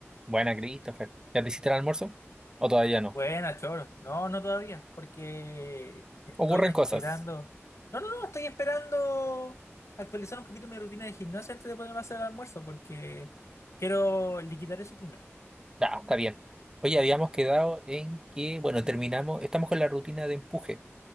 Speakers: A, on the right (about 15°); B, on the left (about 75°).
A: Buena, Christopher. ¿Ya te hiciste el almuerzo? ¿O todavía no?
B: Buena, Choro. No, no todavía, porque estoy
A: Ocurren
B: esperando.
A: cosas.
B: No, no, no, estoy esperando actualizar un poquito mi rutina de gimnasia antes de ponerme a hacer el almuerzo, porque quiero liquidar eso primero.
A: Ya, está bien. Oye, habíamos quedado en que, bueno, terminamos, estamos con la rutina de empuje.